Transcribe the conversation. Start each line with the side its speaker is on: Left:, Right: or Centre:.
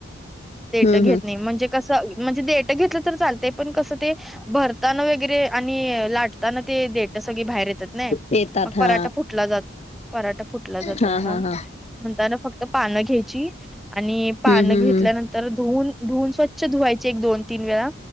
Centre: देठ
Left: हम्म
Centre: घेत
Left: हम्म
Centre: नाही म्हणजे - कसं म्हणजे देट घेतलं तर चालतय, पण कसं ते भरताना वगैरे- आणि लाटताना ते देट सगळी बाहेर येतात नाही,
Left: येतात
Centre: मग
Left: हा
Centre: पराठा फुटला जात- पराठा फुटला जातो
Left: हा
Centre: मग
Left: हा हा
Centre: म्हणता ना फक्त. पानं घ्यायची आणि पानं
Left: हम्म हम्म
Centre: घेतल्यानंतर. तर धुन धुवून स्वच्छ धुवायचे एक दोन तीन वेळा